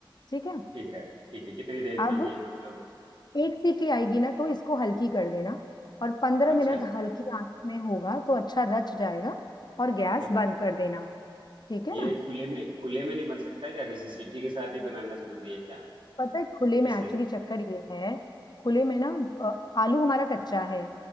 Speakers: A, on the left; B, on the right.
A: ठीक है
B: ठीक है ठीक है कितनी देर
A: अब
B: के लिए मतलब
A: एक सीटी आएगी ना तो इसको हल्की कर देना और पंद्रह
B: अच्छा
A: मिनट
B: अच्छा
A: हल्की आंच में होगा तो अच्छा रच जाएगा और गैस
B: ओके
A: बंद कर देना ठीक है
B: ये
A: ना
B: खुले में खुले में नहीं बन सकता क्या जैसे सिटी के साथ ही बनाना जरूरी है क्या
A: पता है खुले में
B: जैसे
A: एक्चुअली चक्कर ये है खुले में ना अ, आलू हमारा कच्चा है